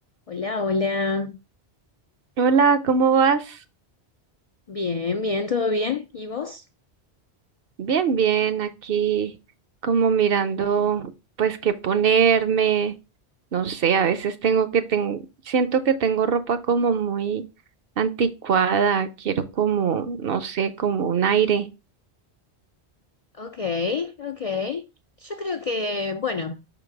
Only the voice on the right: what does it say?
Hola, ¿cómo vas?
Bien, bien, aquí como mirando pues qué ponerme, no sé, a veces tengo que ten- siento que tengo ropa como muy anticuada, quiero como, no sé, como un aire.